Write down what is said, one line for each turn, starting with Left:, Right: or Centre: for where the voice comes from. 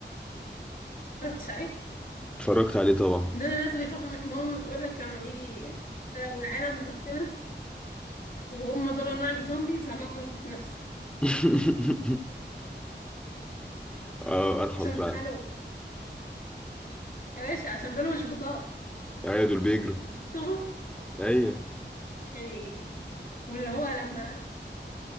Left: اتفرجتش عليه
Centre: اتفرجت عليه طبعا
Left: ده انا لازم يخافوا من ماما بيقول لك لما بيجي أنا لو العالم خلص وهم دول نوع الزومبيز هموت نفسي
Centre: <laughs> اه ارحم
Left: عشان
Centre: فعلا
Left: د- الو يا باشا عشان دول مش بطاقة
Centre: ايوه دول بيجروا
Left: انت شفتهم
Centre: ايوه
Left: يعني واللي هو لما